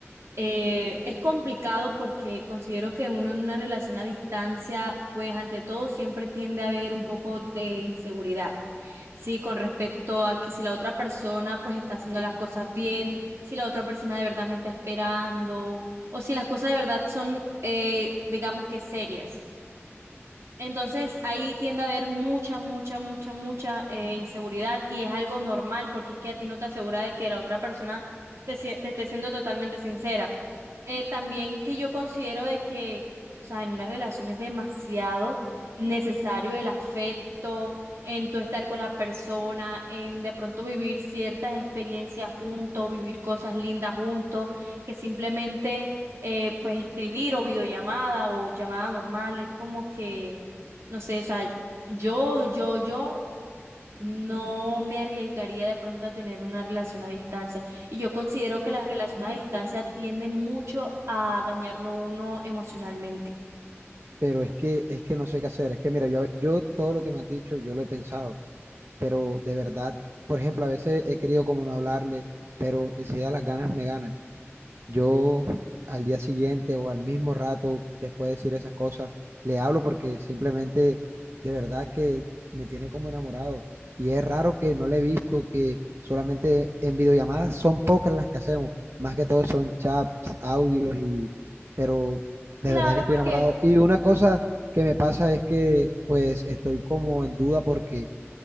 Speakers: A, on the right; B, on the right.
A: Eh, es complicado porque considero que uno en una relación a distancia, pues ante todo siempre tiende a haber un poco de inseguridad. Sí, con respecto a que si la otra persona pues está haciendo las cosas bien, si la otra persona de verdad me está esperando, o si las cosas de verdad son, eh, digamos que serias. Entonces ahí tiende a haber mucha, mucha, mucha, mucha eh, inseguridad y es algo normal porque es que a ti no te asegura de que la otra persona te, sie- te esté siendo totalmente sincera. Eh, también que yo considero de que, o sea, en una relación es demasiado necesario el afecto, en tu estar con la persona, en de pronto vivir ciertas experiencias juntos, vivir cosas lindas juntos, que simplemente eh, pues escribir o videollamada o llamada normal es como que no sé, o sea, yo, yo, yo no me arriesgaría de pronto a tener una relación a distancia. Y yo considero que las relaciones a distancia tienden mucho a dañarlo uno emocionalmente.
B: Pero es que, es que no sé qué hacer. Es que mira, yo, yo todo lo que me has dicho, yo lo he pensado, pero de verdad, por ejemplo, a veces he querido como no hablarle, pero enseguida las ganas me ganan. yo al día siguiente o al mismo rato, después de decir esas cosas, le hablo porque simplemente de verdad que me tiene como enamorado. Y es raro que no le he visto, que solamente en videollamadas son pocas las que hacemos. Más que todo son chats, audios y... Pero de
A: Claro,
B: verdad que estoy
A: porque,
B: enamorado. Y una cosa que me pasa es que pues estoy como en duda porque